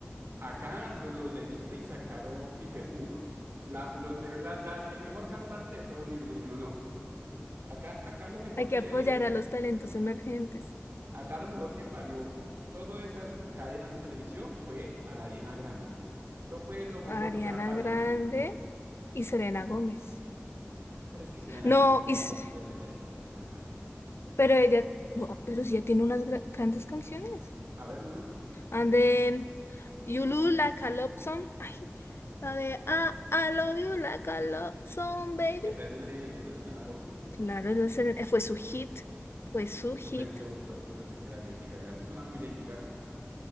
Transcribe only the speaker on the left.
Hay que
apoyar a los talentos emergentes.
Ariana
Grande y Selena Gómez.
No,
y S-
Pero ella, no, pero sí, ella tiene unas gra- grandes canciones.
And de Yulu Like a Love Song. Ay, la de ah, I Love You Like a Love Song, baby.
Claro, esa se- eh, fue su hit. Fue su hit.